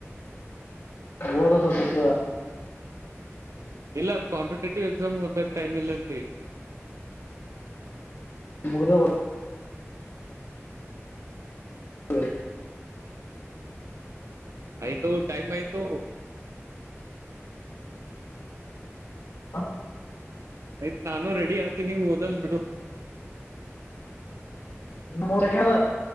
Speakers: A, on the left (about 65°); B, on the right (about 75°).
A: ಓದದು ಬಿಟ್ಟಾ
B: ಇಲ್ಲ ಕಾಂಪಿಟೇಟಿವ್ ಎಕ್ಸಾಮ್ ದಾಗ ಟೈಮ ಎಲ್ಲಾ ಅಂತೆ
A: ಮುಗದ ವ್ಯಾ
B: ಆಯ್ತು ಟೈಮ್ ಆಯ್ತು
A: ಹ
B: ಆಯ್ತ್ ನಾನು ರೆಡಿ ಆಗ್ತತಿ ನೀವು್ ಓದಲ್ ಬಿಡು
A: ಮುರಕ್ಯ